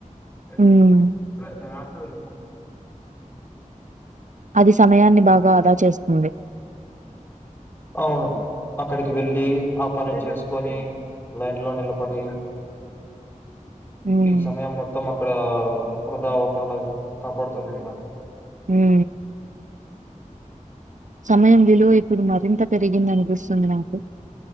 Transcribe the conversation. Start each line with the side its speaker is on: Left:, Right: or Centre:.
Left: అ
Right: హ్మ్
Left: ప్ర <inaudible>
Right: అది సమయాన్ని బాగా ఆదా చేస్తుంది.
Left: అవును. అక్కడికి వెళ్ళి, ఆ పని చేసుకొని, లైన్ లో నిలబడి
Right: హ్మ్.
Left: ఈ సమయం మో మొత్తం అక్కడా వృధా అవ్వకుండా కాపాడుతుంది కదా!
Right: ఉమ్ సమయం విలువ ఇప్పుడు మరింత పెరిగింది అనిపిస్తుంది నాకు